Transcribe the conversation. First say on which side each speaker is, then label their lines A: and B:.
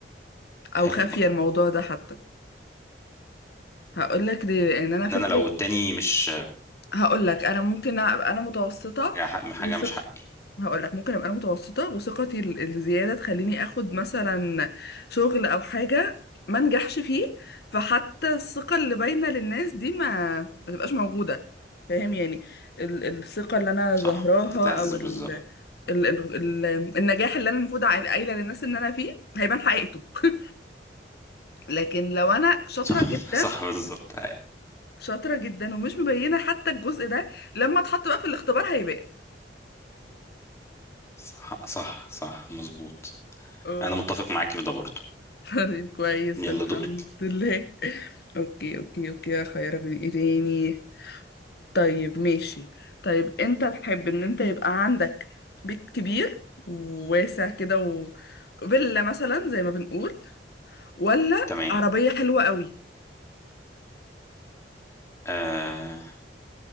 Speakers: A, on the left; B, on the left.
A: او
B: حلو
A: خافيه الموضوع ده حتى هقول لك ليه لان انا فكره
B: ان انا لو التاني مش
A: هقول لك انا ممكن ابقى انا متوسطه
B: حق- حاجه
A: وثق
B: مش حقي
A: هقول لك ممكن ابقى انا متوسطه وثقتي ال- الزياده تخليني اخد مثلا شغل او حاجه ما نجحش فيه فحتى الثقه اللي باينه للناس دي ما ما تبقاش موجوده فاهم يعني ال- الثقه اللي انا
B: صح
A: ظاهراها
B: هتتهز
A: او
B: بالظبط
A: ال... ال... ال... ال... النجاح اللي انا المفروض عا- قايله للناس ان انا فيه هيبان حقيقته <laughs> لكن لو انا شاطره
B: صح <laughs>
A: جدا
B: صح بالظبط
A: شاطره جدا ومش مبينه حتى الجزء ده لما اتحط بقى في الاختبار هيبان
B: صح صح صح مظبوط
A: اه
B: انا متفق معاكي في ده برضه
A: طيب كويس
B: يلا
A: الحمد
B: دورك
A: لله اوكي اوكي اوكي خيرك من ايه تاني طيب ماشي طيب انت تحب ان انت يبقى عندك بيت كبير وواسع كده و فيلا مثلا زي ما بنقول ولا
B: تمام
A: عربية حلوة قوي
B: آه